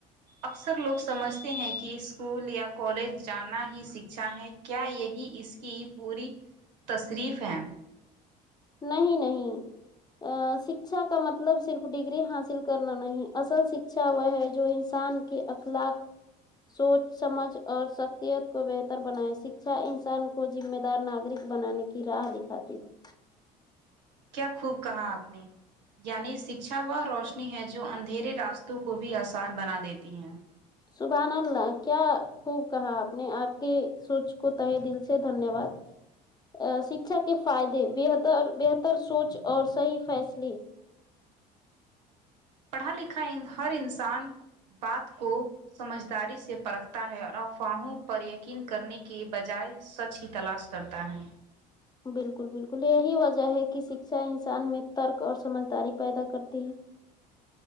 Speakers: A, on the right; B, on the left.
A: اکثر لوگ سمجھتے ہیں کہ اسکول یا کالج جانا ہی سکچھا ہے کیا یہی اس کی پوری تصریف ہے
B: نہیں نہیں سکچھا کا مطلب صرف ڈگری حاصل کرنا نہیں اصل شکچھا وہ ہے جو انسان کہ اخلاق سوچ سمجھ اور شخصیت کو بہتر بنائے شکچھا انسان کو ذمہ دار ناگرک بنانے کی راہ دکھاتی ہے
A: کیا خوب کہاں آپ نے یعنی شکچھا وہ روشنی ہے جو اندھیرے راستوں کو بھی آسان بنا دیتی ہے <inaudible>
B: سبحان اللہ کیا خوب کہاں آپ نے آپ کے سونچ کو تہ دل سے دھنیہ واد ا شکچھا کے فائدے بہتر بہتر سونچ اور صحیح فیصلے
A: پڑھا لکھا ہر انسان بات کو سمجھداری سے پرکھتا ہے اور افواہوں پر یقین کرنے کے بجائے سچ کی تلاش کرتا ہے
B: بالکل بالکل یہی وجہ ہے کہ شکچھا انسان میں ترک اور سمجھداری پیدا کرتی ہے
A: ج